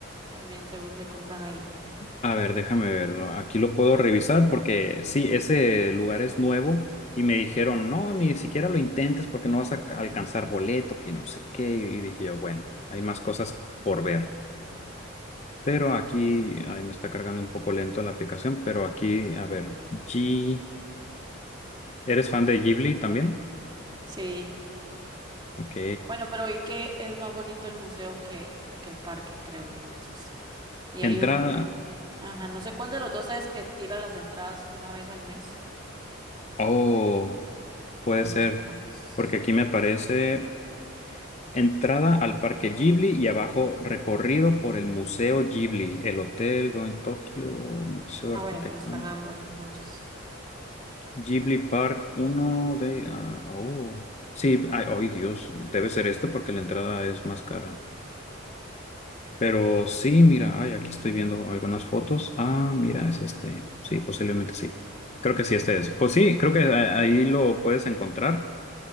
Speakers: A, on the right (about 20°); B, on the left (about 30°).
A: también seguro se compran ahí, ¿no?
B: A ver, déjame verlo. Aquí lo puedo revisar porque sí, ese lugar es nuevo y me dijeron, no, ni siquiera lo intentes porque no vas a ca- alcanzar boleto, que no sé qué. Y dije yo, bueno, hay más cosas por ver. Pero aquí, ahí me está cargando un poco lento la aplicación, pero aquí, a ver, G, ¿eres fan de Ghibli también?
A: Sí.
B: Ok.
A: Bueno, pero vi que es más bonito el museo que, que el parque, creo, entonces. Y
B: Entrada.
A: hay un, es que- ajá, no sé cuál de los dos es que tira las entradas una vez al mes,
B: Oh, puede
A: pero
B: ser.
A: no sé cuál es.
B: Porque aquí me aparece. Entrada al Parque Ghibli y abajo recorrido por el Museo Ghibli, el Hotel Going Tokyo, Museo
A: Ah,
B: Arquitectónico.
A: bueno, pero están ambas entonces.
B: Ghibli Park, uno de... ah, oh, sí, ay, ay, Dios, debe ser este porque la entrada es más cara. Pero sí, mira, ay, aquí estoy viendo algunas fotos. Ah, mira, es este. Sí, posiblemente sí. Creo que sí, este es. Pues sí, creo que a- ahí lo puedes encontrar